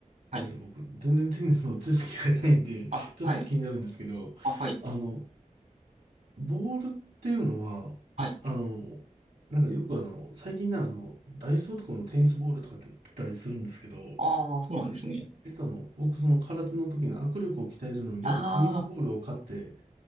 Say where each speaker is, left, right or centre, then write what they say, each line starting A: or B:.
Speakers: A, on the right; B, on the right.
A: はい。
B: ごめんなさい、僕、全然テニスの知識がないんで、
A: あ、
B: ちょっと気になるんですけど、
A: はい。あ、はい。
B: あの、ボールっていうのは、
A: はい。
B: あの、なんかよくあの、最近なあの、ダイソーとかのテニスボールとかって売ってたりするんですけど、
A: ああ、そうなんですね。
B: 実はあの、僕その空手の時の握力を鍛えるのによくテニスボールを買って、
A: あ